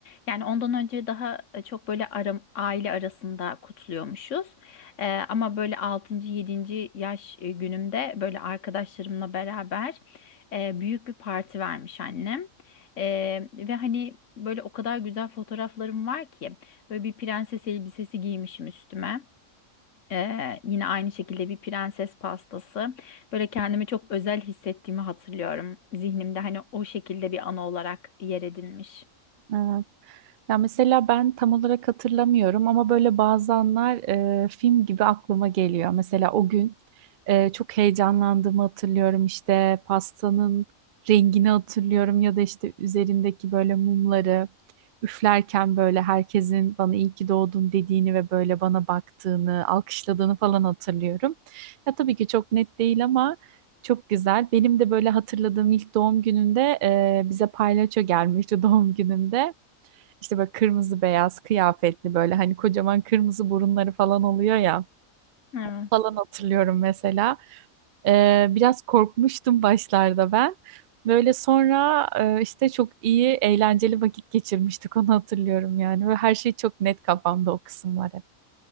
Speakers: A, on the left; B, on the right.
A: Yani ondan önce daha e, çok böyle aram, aile arasında kutluyormuşuz. Ee, ama böyle 6. 7. yaş e, günümde böyle arkadaşlarımla beraber e, büyük bir parti vermiş annem. Ee, ve hani böyle o kadar güzel fotoğraflarım var ki böyle bir prenses elbisesi giymişim üstüme. Ee, yine aynı şekilde bir prenses pastası. Böyle kendimi çok özel hissettiğimi hatırlıyorum. Zihnimde hani o şekilde bir anı olarak yer edinmiş.
B: Evet. Ya mesela ben tam olarak hatırlamıyorum ama böyle bazı anlar e, film gibi aklıma geliyor. Mesela o gün e, çok heyecanlandığımı hatırlıyorum. İşte pastanın rengini hatırlıyorum ya da işte üzerindeki böyle mumları üflerken böyle herkesin bana iyi ki doğdun dediğini ve böyle bana baktığını, alkışladığını falan hatırlıyorum. Ya tabii ki çok net değil ama Çok güzel. Benim de böyle hatırladığım ilk doğum gününde e, bize palyaço gelmişti <laughs> doğum günümde. İşte böyle kırmızı beyaz kıyafetli böyle hani kocaman kırmızı burunları falan oluyor ya
A: Evet.
B: falan hatırlıyorum mesela. Ee, biraz korkmuştum başlarda ben. Böyle sonra e, işte çok iyi eğlenceli vakit geçirmiştik onu hatırlıyorum yani. Ve her şey çok net kafamda o kısımlar hep.